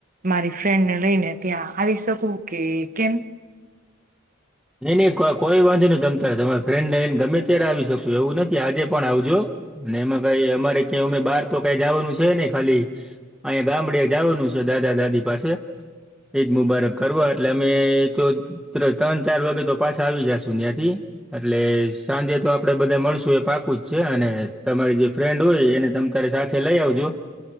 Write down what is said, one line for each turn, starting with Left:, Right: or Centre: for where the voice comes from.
Right: મારી ફ્રેન્ડને લઈને ત્યાં આવી શકું કે કેમ?
Centre: નઈ નહીં કોઈ વાંધો નહી તમ તમારા ફ્રેન્ડ નને ગમે ત્યારે આવી શકું એવું નથી આજે પણ આવજો અને એમાં કઈ અમારે ક્યાં અમે બાર તો કઈ જવાનું છે ને ખાલી અહીંયા ગામડે જવાનું છે, દાદા દાદી પાસે ઈદ મુબારક કરવા એટલે અમે તો તર તાજ ચાર વાગે તો પાછા આવી જશું ત્યાંથી એટલે સાંજે તો આપડે બધા મળશું એ પાકું જ છે, અને તમારી જે ફ્રેન્ડ હોય એને તમ તારે સાથે લઈ આવજો